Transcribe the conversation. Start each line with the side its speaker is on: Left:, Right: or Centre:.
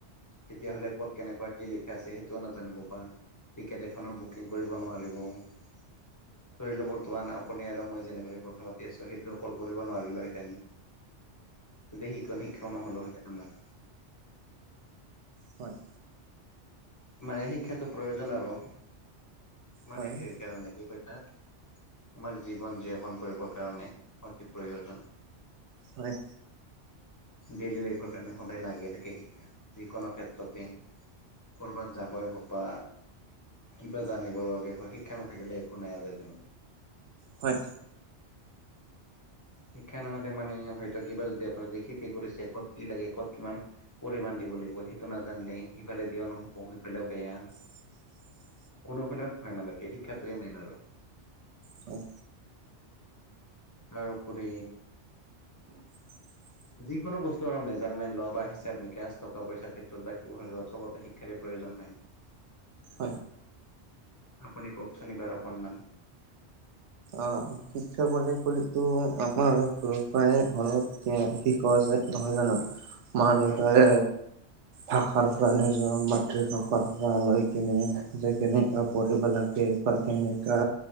Left: তেতিয়াহ'লে ক'ত কেনেকুৱা কি লিখা আছে সেইটোও নাজানিব বা টিকেট এখনৰ বুকিং কৰিব নোৱাৰিব ধৰিল বৰ্তমান আ আপুনি আৰু মই যেনেকৈ কথা পাতি আছো সেইটো কল কৰিব নোৱাৰিলোহেতেন যদি সিকণ শিক্ষাও নহ'লো হেঁতেন আমাৰ
Right: হয়
Left: মানে শিক্ষাটো প্ৰয়োজন আৰু মানে
Right: হয়
Left: হেৰিৰ কাৰণে কি কয় তাক আমাক জীৱন যেপন কৰিবৰ কাৰণে অতি প্ৰয়োজন
Right: হয়
Left: ডেইলী লাইফৰ কাৰণে সদায় লাগিয়ে থাকে শিক্ষা যিকোনো ক্ষেত্ৰতেই ক'ৰবাত যাবই হওক বা কিবা জানিবৰ বাবে হওক শিক্ষা নাথাকিলে একো নাই আজিৰ দিনত
Right: হয়
Left: শিক্ষা নহলে মানে হয়তো কিবা যদি আপোনাৰ খেতি কৰিছে ক'ত কি লাগে ক'ত কিমান পৰিমাণ দিব লাগিব সেইটো নাজানিলে সিফালে দিয়াও নহ'ব সিফালেও বেয়া
Right: <unintelligible>
Left: কোনোফালে নহয় মানে কি শিক্ষাটোৱে মেইন আৰু
Right: হয়
Left: তাৰ উপৰি
Right: <unintelligible>
Left: যিকোনো বস্তু আৰু মেজাৰমেণ্ট লোৱা বা হিচাপ মিকাচ টকা পইচাৰ ক্ষেত্ৰত বা <unintelligible> চবতে শিক্ষাৰে প্ৰয়োজন হয়
Right: হয়
Left: আপুনি কওকচোন এইবাৰ অকনমান
Right: অ শিক্ষা বুলি কলেতো আমাৰ সৰুৰ পায়ে ঘৰত এ শিকোৱা যায় নহয় জানো মা দেউতাই
Left: উম
Right: ভাষাৰ পৰা নিজৰ মাতৃভাষাৰ পৰা লৈ কিনে যেকুনো পঢ়িব লাগে বা কেনেকা